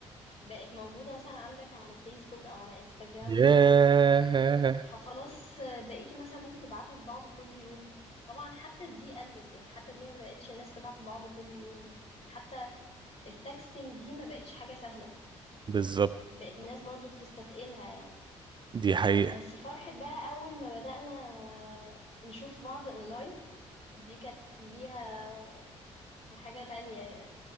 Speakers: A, on the left; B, on the right.
A: بقت موجودة مثلا عندك على فيسبوك أو على انستجرام
B: ياه
A: اه فخلاص بقيتوا مثلا ممكن تبعتوا لبعض كل يوم طبعا حتى دي قلت يعني حتى دي ما بقتش الناس تبعت لبعض كل يوم يعني حتى التكستنج دي ما بقتش حاجة سهلة
B: بالظبط
A: بقت الناس برضو بتستتقلها يعني
B: دي حقيقة
A: بس فرحة بقى أول ما بدأنا نشوف بعض أونلاين دي كانت ليها حاجة تانية يعني